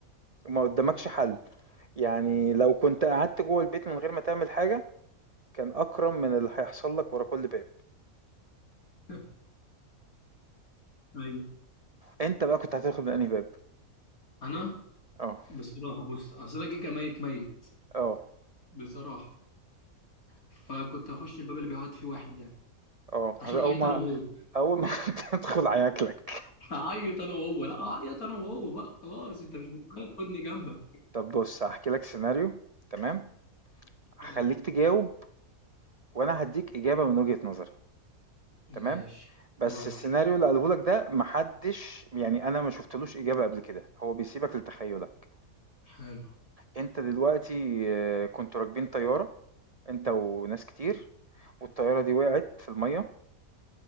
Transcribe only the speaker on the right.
ما قدامكش حل يعني لو كنت قعدت جوه البيت من غير ما تعمل حاجة كان أكرم من اللي هيحصل لك ورا كل باب
أنت بقى كنت هتدخل من أنهي باب
اه
اه
اه
هذا أول
ما
أول ما <laughs> تدخل هياكلك
طب بص هحكي لك سيناريو تمام هخليك
تجاوب وأنا هديك إجابة من وجهة نظري تمام
بس
السيناريو اللي قاله لك ده محدش يعني أنا ما شفتلوش إجابة قبل كده هو بيسيبك لتخيلك
أنت دلوقتي آه، كنتوا راكبين طيارة أنت وناس كتير والطيارة دي وقعت في المية